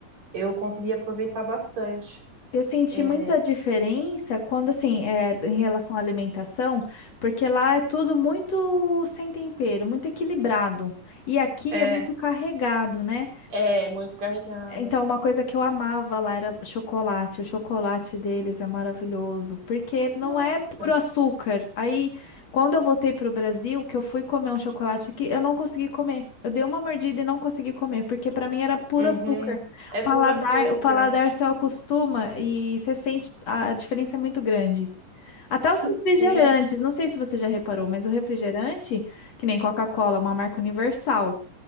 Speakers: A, on the right; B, on the left.
A: eu consegui aproveitar bastante.
B: Eu senti
A: É,
B: muita diferença quando, assim, é, em relação à alimentação, porque lá é tudo muito sem tempero, muito equilibrado. E aqui
A: é,
B: é muito carregado, né?
A: é muito carregada.
B: Então, uma coisa que eu amava lá era chocolate. O chocolate deles é maravilhoso, porque não
A: Nossa.
B: é puro açúcar. Aí, quando eu voltei para o Brasil, que eu fui comer um chocolate aqui, eu não consegui comer. Eu dei uma mordida e não consegui comer, porque para mim era puro
A: Uhum.
B: açúcar.
A: É
B: O paladar,
A: puro açúcar.
B: o paladar se acostuma e você sente a a diferença é muito grande. Até os refrigerantes,
A: Sim.
B: não sei se você já reparou, mas o refrigerante, que nem Coca-Cola, é uma marca universal.